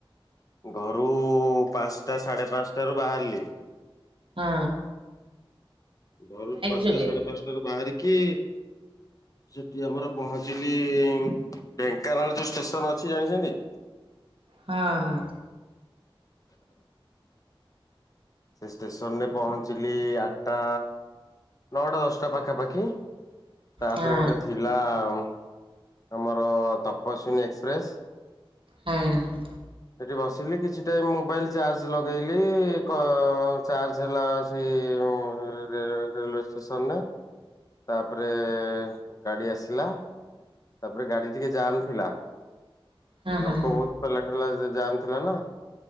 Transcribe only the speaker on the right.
ହୁଁ।
ଯୋଗେ
ହଁ ହଁ।
ହଁ
ହୁଁ।
ହଁ ହଁ
ହଁ।